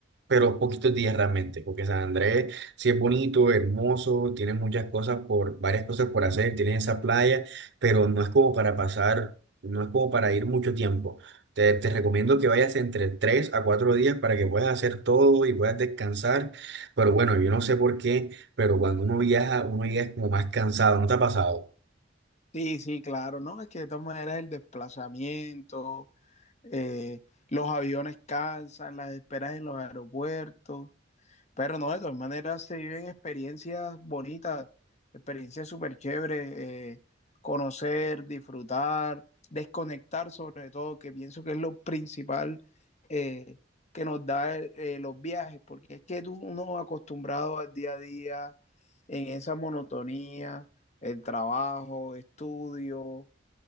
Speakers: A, on the right; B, on the left.
A: pero poquitos días realmente, porque San Andrés sí es bonito, hermoso, tiene muchas cosas por, varias cosas por hacer, tiene esa playa, pero no es como para pasar, no es como para ir mucho tiempo. Te, te recomiendo que vayas entre 3 a 4 días para que puedas hacer todo y puedas descansar, pero bueno, yo no sé por qué, pero cuando uno viaja, uno llega como más cansado, ¿no te ha pasado?
B: Sí, sí, claro, ¿no? Es que de todas maneras el desplazamiento, eh, los aviones cansan, las esperas en los aeropuertos. Pero no, de todas maneras se viven experiencias bonitas, experiencias súper chéveres, eh, conocer, disfrutar, desconectar sobre todo, que pienso que es lo principal eh, que nos da eh, los viajes, porque es que tú uno acostumbrado al día a día, en esa monotonía, el trabajo, estudio,